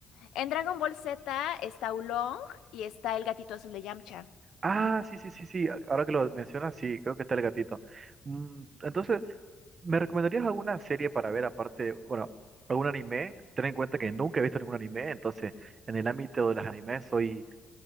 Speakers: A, on the left (about 80°); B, on the right (about 40°).
A: En Dragon Ball Z está Oolong y está el gatito azul de Yamcha.
B: Ah, sí, sí, sí, sí. Ahora que lo mencionas, sí, creo que está el gatito. Mm, Entonces, ¿me recomendarías alguna serie para ver aparte, bueno, algún anime? Ten en cuenta que nunca he visto ningún anime, entonces en el ámbito de los animes soy